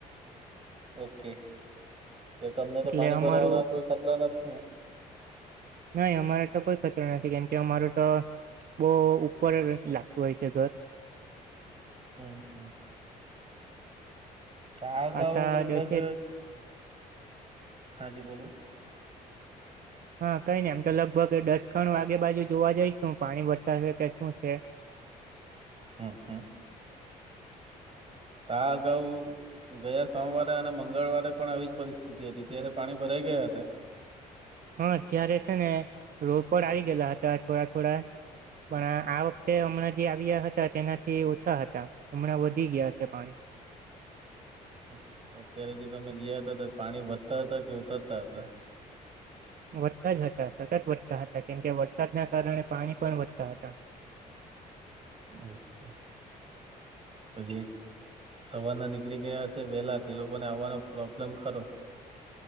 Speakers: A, on the right; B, on the right.
A: ઓકે એટલે તમને
B: એટલે
A: તો પાણી
B: અમારું
A: ભરાવાના કોઈ ખતરા નથી ને?
B: નાહી અમારા તો કોઈ ખતરો નથી કેમકે અમારુ તો બહુ ઉપર લાગતું હોય છે ઘર.
A: હમ હમ ત અગાઉ
B: પાછા
A: લગભગ
B: દસેક
A: હા જી બોલો
B: હા કઈ નઈ આમ તો લગભગ એ દસ ખણ વાગે બાજુ જોવા જઈશ પાણી વતા કે શું છે.
A: હમ હમ તા આગાઉ ગયા સોમવારે અને મંગળવારે પણ આવી જ પરિસ્થિતિ હતી ત્યારે પાણી ભરાઈ ગયા હતા?
B: હા અત્યારે છે ને રોડ પર આવી ગયલા હતા થોડા થોડા પણ આ વખતે હમણાં જે આવ્યા હતા તેનાથી ઓછા હતા. હમણાં વધી ગયા છે પાણી.
A: ઓકે તો અત્યારે જે તમે ગયા હતા તો પાણી વધતા હતા કે ઉતરતા હતા?
B: વધતા જ હતા સતત વધતા હતા કેમકે વરસાદના કારણે પાણી પણ વધતા હતા.
A: ઓકે તો જે સવારના નીકળી ગયા હસે વહેલા તે લોકોને આવવાનો પ્રોબ્લેમ ખરો?